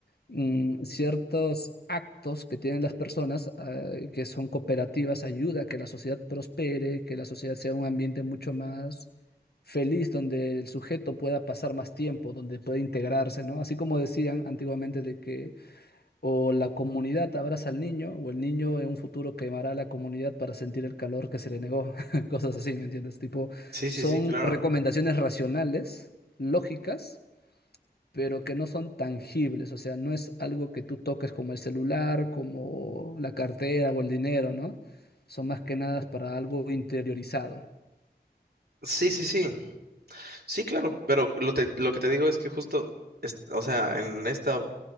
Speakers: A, on the left; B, on the right.
A: mm, ciertos actos que tienen las personas, eh, que son cooperativas, ayuda a que la sociedad prospere, que la sociedad sea un ambiente mucho más feliz, donde el sujeto pueda pasar más tiempo, donde pueda integrarse, ¿no? Así como decían antiguamente de que o la comunidad abraza al niño, o el niño en un futuro quemará a la comunidad para sentir el calor que se le negó, <laughs> cosas así, ¿me entiendes? Tipo,
B: sí,
A: son
B: sí, sí, claro.
A: recomendaciones racionales, lógicas pero que no son tangibles, o sea, no es algo que tú toques como el celular, como la cartera o el dinero, ¿no? Son más que nada para algo interiorizado.
B: Sí, sí, sí, sí, claro, pero lo, te- lo que te digo es que justo, es- o sea, en esta